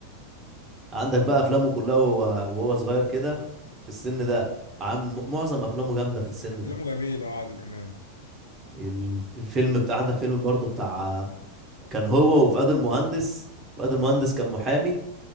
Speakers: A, on the right; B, on the left.
A: عندك بقى افلامه كلها وهو وهو صغير كده في السن ده عامل معظم افلامه جامده في السن
B: افلامه
A: ده
B: جميله اه عادل امام
A: ال- الفيلم بتاع عندك فيلم برضو بتاع كان هو وفؤاد المهندس فؤاد المهندس كان محامي